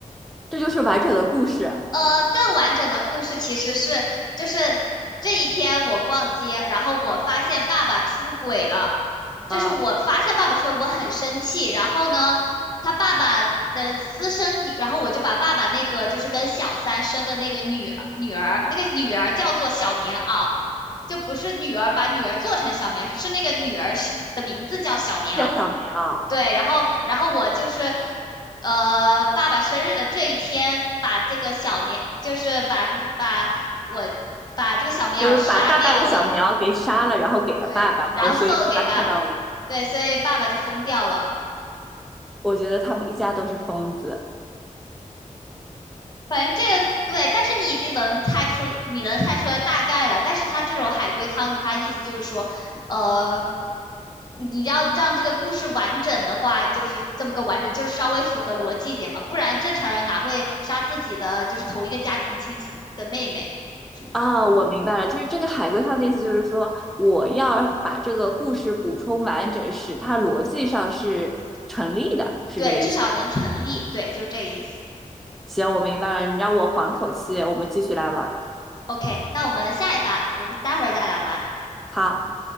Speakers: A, in the centre; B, on the left (about 30°).
A: 这就是完整的故事。
B: 呃，更完整的故事其实是，就是这一天我逛街，然后我发现爸爸出轨了，就是我发现爸爸出轨，
A: 呃，
B: 我很生气。然后呢，他爸爸的私生女，然后我就把爸爸那个就是跟小三生的那个女女儿，那个女儿叫做小棉袄，就不是女儿把女儿做成小棉，是那个女儿是的名字叫小棉袄。
A: 叫小棉袄，
B: 对，然后然后我就是，呃，爸爸生日的这一天，把这个小棉，就是把把我把这个小棉袄杀掉了，
A: 就是把爸爸的小棉袄给杀了，然后给了爸爸，
B: 对，
A: 然后所以爸爸看到了。
B: 然后送给爸爸，对，所以爸爸就疯掉了。
A: 我觉得他们一家都是疯子。
B: 反正这个对，但是你已经能猜出，你能猜出来大概了。但是它这种海龟汤的，它意思就是说，呃，你要让这个故事完整的话，就是这么个完整，就稍微符合逻辑一点嘛，不然正常人哪会杀自己的就是同一个家庭亲戚的妹妹什么的？
A: 啊，我明白了，就是这个海龟汤的意思，就是说我要把这个故事补充完整，使它逻辑上是成立的，是这个意思。
B: 对，至少能成立。对，就是这个意思。
A: 行，我明白了，你让我缓口气，我们继续来玩儿。
B: OK，那我们下一把，我们待会儿再来玩。
A: 好，